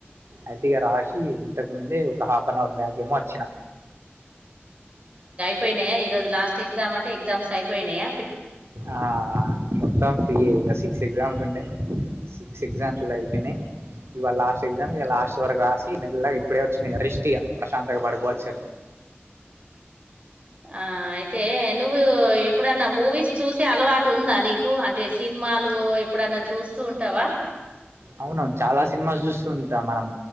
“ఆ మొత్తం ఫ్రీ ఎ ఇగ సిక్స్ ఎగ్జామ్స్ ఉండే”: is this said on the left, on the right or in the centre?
Right